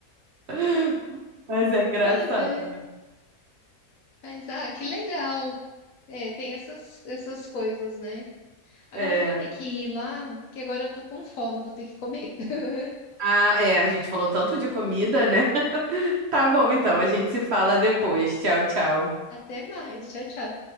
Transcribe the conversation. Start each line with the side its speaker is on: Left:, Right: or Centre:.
Right: <laughs> Mas é engraçado.
Left: pois é. Mas, ah, que legal. É, tem essas, essas coisas, né? Agora
Right: É.
Left: eu vou ter que ir lá, que agora eu tô com fome, vou ter que comer. <laughs>
Right: Ah, é, a gente falou tanto de comida, né? Tá bom,
Left: Pois
Right: então, a
Left: é.
Right: gente se fala depois. Tchau, tchau.
Left: Até mais. Tchau, tchau.